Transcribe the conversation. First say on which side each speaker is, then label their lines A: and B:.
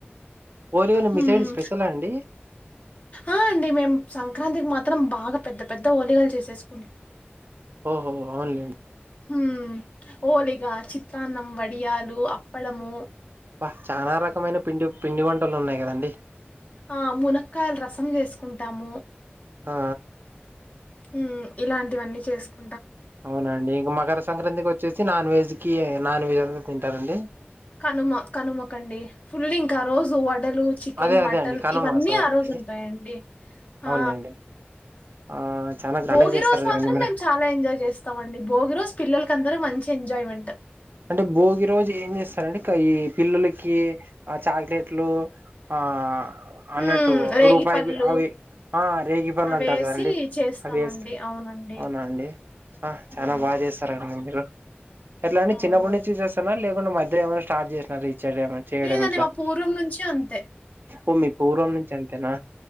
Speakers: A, on the right; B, on the left.
A: ఓలివలు
B: హ్మ్.
A: మిసైడ్ స్పెషలా అండి
B: ఆ అండి మేము సంక్రాంతికి మాత్రం బాగా పెద్ద పెద్ద ఓలిగాలు చేసేసుం
A: ఓహో అవున్లే
B: హ హోలిగా చిత్రాన్నం వడియాలు అప్పలము
A: బ చాలా రకమైన పిండి పిండి వంటలు ఉన్నాయి కదండి
B: ఆ మునక్కాయలు రసం చేసుకుంటాము
A: ఆ
B: మ్ ఇలాంటివన్నీ చేసుకు
A: అవునండి ఇంక మకర సంక్రాంతికి వచ్చేసి నాన్ వెజ్ కి నాన్ వెజ్ అంతా తింటారండి
B: కనుమ కనుమకండి ఫుల్ం కా రోజు వడలు చికెన్
A: అదే అదే
B: మటన్
A: అండి కనుమ
B: ఇవన్నీ
A: సారీ
B: ఆ రోజు
A: అండి
B: ఉంటాయండి ఆ,
A: అవునులేండి ఆ చాలా గ్రాండ్
B: భోగి
A: గా చేస్తారు
B: రజు మాత్రం
A: కదండి మీరు
B: మేము చాల ఎంజాయ్ చేస్తామండి భోగి రోజు పిల్లలకి అందరూ మంచి ఎంజాయ్మెం
A: అంటే భోగి రోజు ఏం చేస్తారండి కై పిల్లలకి ఆ చాక్లెట్లు ఆ
B: మ్మ్,
A: అన్నట్టు
B: రేగి
A: రూపాయి
B: పళ్ళు
A: బి అవి ఆ రేగి పళ్ళు
B: అవేసి
A: అంటారు కదండి
B: చేస్తామండి
A: అది వేస్
B: అవునండి
A: అవునా అండి హా చానా
B: ఉమ్,
A: బాగా చేస్తారు అండి మీరు ఎట్లా అండి
B: అవును
A: చిన్నప్పటి నుంచి చేస్తున్నార లేకుంట మధ్యలే ఏమైనా స్టార్ చేస్నారా ఈ చెడ ఏమన్నా చేయడం
B: లేదండి
A: ఇట్లా
B: మా పూర్వం నుంచి అంతే
A: ఓ మీ పూర్వం నుంచి అంతేనా